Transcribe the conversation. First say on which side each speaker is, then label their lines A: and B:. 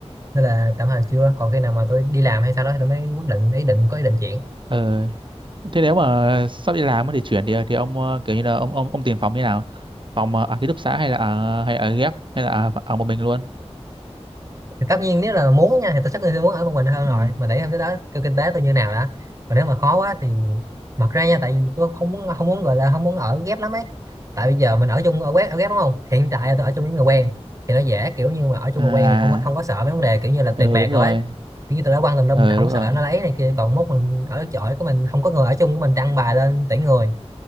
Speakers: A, on the right (about 30°); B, on the right (about 45°).
A: nên là tạm thời chưa còn khi nào mà tôi đi làm hay sau đó thì tôi mới quyết định ý định có ý định chuyển
B: Ừ. Thế nếu mà sắp đi làm ấy thì chuyển thì thì ông ờ, kiểu như là ông ông ông tìm phòng như nào? Phòng ờ, ở ký túc xá hay là ở hay ở ghép hay là ở, ở một mình luôn?
A: thì tất nhiên nếu là muốn nha thì tôi chắc tôi sẽ muốn ở một mình hơn
B: Ừ.
A: rồi mà để em tới đó kêu kinh tế tôi như nào đã còn nếu mà khó quá thì mặc ra nha tại vì tôi không muốn không muốn gọi là không muốn ở ghép lắm ấy tại bây giờ mình ở chung ở ghép ở ghép đúng không hiện tại là tôi ở chung với người quen thì nó dễ kiểu như mà ở chung
B: À,
A: người quen thì không có không có sợ mấy vấn đề kiểu như là tiền
B: ừ
A: bạc
B: đúng
A: rồi
B: rồi.
A: ấy kiểu như tôi đã quăng tùm lum
B: Ừ
A: tôi không
B: đúng
A: có sợ
B: rồi.
A: nó lấy này kia còn mốt mình ở chỗ của mình không có người ở chung của mình đăng bài lên tuyển người